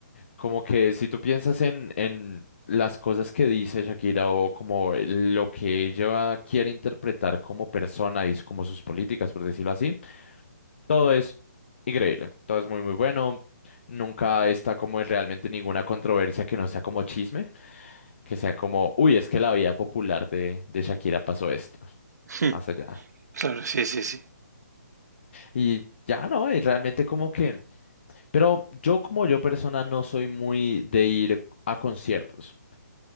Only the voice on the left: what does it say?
Como que si tú piensas en, en las cosas que dice Shakira o como lo que ella quiere interpretar como persona y como sus políticas, por decirlo así, Todo es increíble, todo es muy muy bueno. Nunca está como en realmente ninguna controversia que no sea como chisme, que sea como, uy, es que la vida popular de, de Shakira pasó esto,
más allá.
Y ya no, y realmente como que, pero yo como yo persona no soy muy de ir a conciertos.